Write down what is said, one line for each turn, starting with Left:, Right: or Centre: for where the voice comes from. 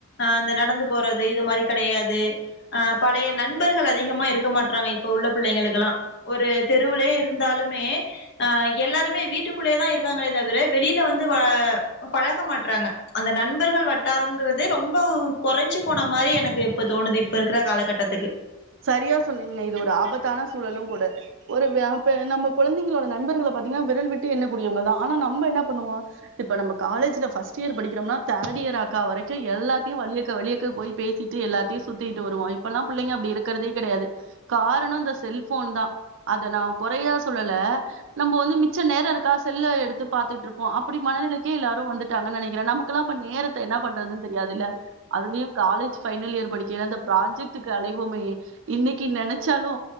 Left: அந்த நடந்து போறது இது மாரி கடையாது ஆ பழைய நண்பர்கள் அதிகமா இருக்க மாட்றாங்க இப்ப உள்ள பிள்ளைங்களுக்குல்லா ஒரு தெருவுலயே இருந்தாலுமே அ எல்லாருமே வீட்டுக்குள்ளேயே தான் இருக்காங்களே தவிர வெளில வந்து வ பழக மாட்றாங்க அந்த நண்பர்கள் வட்டாரங்கறது ரொம்ப குறஞ்சு போன மாரி எனக்கு இப்ப தோணுது இப்ப இருக்குற காலகட்டத்துக்கு
Right: சரியா சொன்னீங்க இது ஒரு ஆபத்தான சூழலும் கூட ஒரு வ ப நம்ம குழந்தைகளோட நண்பர்கள பாத்தீங்கன்னா விரல் விட்டு என்ன கூடியவங்க தான் ஆனா நம்ப என்னா பண்ணுவோ இப்ப நம்ம காலேஜ்ல ஃபர்ஸ்ட் இயர் படிக்கிறோம்னா தேர்ட் இயர் அக்கா வரைக்கு எல்லாத்தையு வழியக்க வழியக்க போய் பேசிட்டு எல்லாடத்தியு சுத்திட்டு வருவோ இப்பல்லாம் பிள்ளைங்க அப்டி இருக் க்குறதே கெடையாது காரணோ இந்த செல்ஃபோன்தா அத நா கொறையா சொல்லல நம்ம வந்து மிச்ச நேரோ இருக்கா செல்ல எடுத்து பாத்துட்டுருப்போ அப்டி மனநிலைக்கே எல்லாரு வந்துட்டாங்கன்னு நெனைக்கிறே நமக்குல்லா இப்ப நேரத்த என்ன பண்றது தெரியாதுல்ல அதுலயு காலேஜ் ஃபைனல் இயர் படிக்கையில அந்த ப்ராஜெக்ட் நெட்டுக்கு அலைவோமே இன்னைக்கி நெனச்சாலு